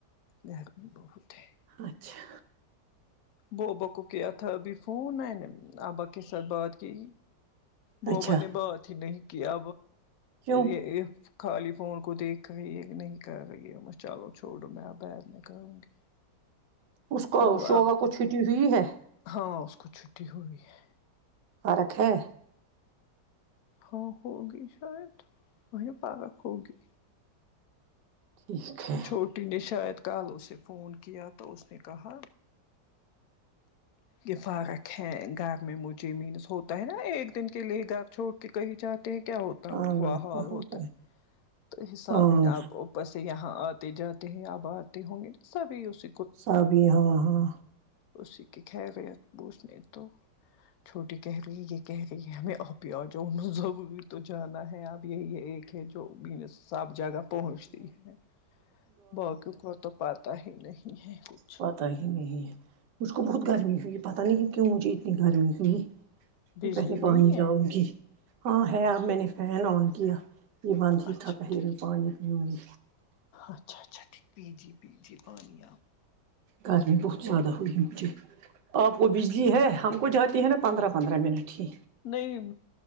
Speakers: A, on the left; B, on the right.
A: گرمی بہت ہے
B: اچھا
A: بابا کو کیا تھا ابھی فون میں نے ابا کے ساتھ بات کی بابا
B: اچھا
A: نے بات ہی نہیں کیا
B: کیوں
A: یہ خالی فون کو دیکھ کر یہ نہیں کہے رہی یہ چلو چھوڑو میں اب بعد میں کہوں گی
B: اس کو
A: وہ
B: شوبہ
A: اب
B: کو چھٹی ہوئی ہے
A: ہاں اس کو چھٹی ہوئی ہے
B: پارک ہے
A: ہاں ہوگی شاید وہیں پارک ہوگی
B: ٹھیک ہے
A: چھوٹی نے شاید کل اسے فون کیا تو اس نے کہا یہ فرق ہے گھر میں مجھے مینس ہوتا ہے نا ایک دن کے لیے گھر چھوڑ کے کہیں جات دیکھتے کیا ہوتا
B: ہاں
A: ہوا حال ہوتا ہے تو حساب
B: ہاں
A: ہی آپ بس یہاں آتے جاتے ہیں آپ آتے ہوں گے تو سبھی اس
B: سب یہاں وہاں
A: اسی کی خیریت پوچھنے تو چھوٹی کہہ رہی ہے یہ کہہ رہی ہے امی آپ بھی آجاونا تو جانا ہے اب یہ یہ ایک جو امی سب جگہ پہنچتی ہے باقی تو پ تاہی نہیں ہے کچھ
B: پتا ہی نہیں مجھ کو بہت گرمی ہوئی پتہ نہیں ہے کیوں مجھے اتنی گرمی ہوئی
A: بجلی
B: میں پہلے
A: نہیں
B: پانی
A: ہے
B: جاؤں گی ہاں ہے اب میں نے فیان آن کیا یہ بند ہی
A: اچھا
B: تھا پہلے
A: ٹھیک
B: میں پانی پیوی
A: اچھا اچھا پی جیے پی جیے پانی لاؤ
B: گرمی بہت زیادہ ہورہی مجھے آپ کو بجلی ہے ہم وہ جاتی ہے نا پندرہ پندرہ منٹ ہی
A: نہیں